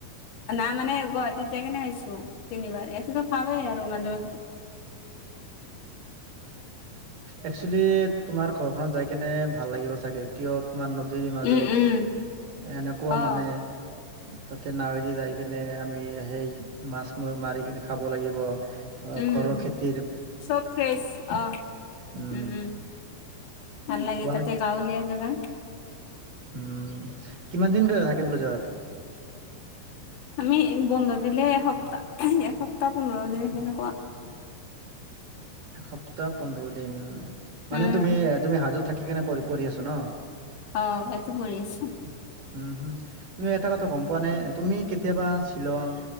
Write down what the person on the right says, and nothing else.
একচেলি তোমাৰ ঘৰখনত যায় কেনে ভাল লাগিব চাগে কিয় তোমাৰ নদীৰ মাজত
এনেকুৱা
মানে তাতে নাৱেদি যাই কেনে আমি সেই মাছ মাৰিকেনে খাব লাগিব। অ
ঘৰৰ খেতি
উম
তোমালে
উম কিমান দিনকৈ থাকে বো যোৱা
এসপ্তাহ পোন্ধৰ দিন মানে
তুমি-তুমি হাজত থাকি কেনে পঢ়ি আছো ন?
উম হম তুমি এটা কথা গম পোৱা নে তুমি কেতিয়াবা শ্বিলং